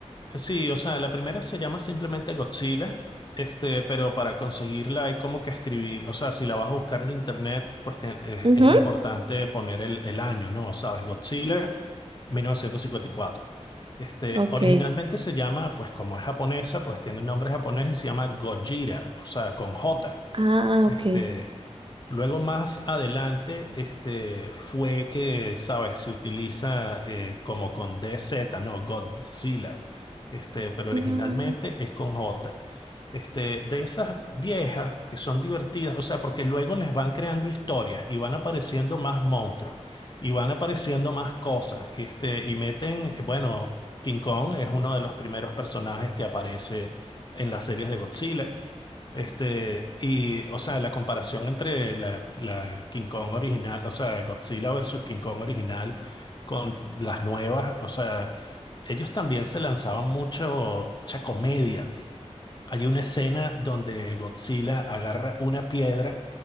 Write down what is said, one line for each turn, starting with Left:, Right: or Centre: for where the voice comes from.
Left: Sí, o sea, la primera se llama simplemente Godzilla, este, pero para conseguirla hay como que escribir, o sea, si la vas a buscar en internet, pues te- es,
Right: Ujú,
Left: es importante poner el, el año, ¿no? ¿Sabes? Godzilla 1954. Este,
Right: Ok.
Left: originalmente se llama, pues como es japonesa, pues tiene nombre japonés y se llama Gojira, o sea, con J.
Right: Ah,
Left: Este,
Right: ok.
Left: Luego más adelante, este, fue que, sabes, se utiliza eh, como con D Z no Godzilla, este, pero
Right: Mm.
Left: originalmente es con J. Este, de esas viejas que son divertidas, o sea, porque luego les van creando historias y van apareciendo más monstruos y van apareciendo más cosas, este, y meten, eh, bueno, King Kong es uno de los primeros personajes que aparece en las series de Godzilla. Este, y, o sea, la comparación entre la, la King Kong original, o sea, Godzilla versus King Kong original con las nuevas, o sea, ellos también se lanzaban mucho, mucha comedia. Hay una escena donde Godzilla agarra una piedra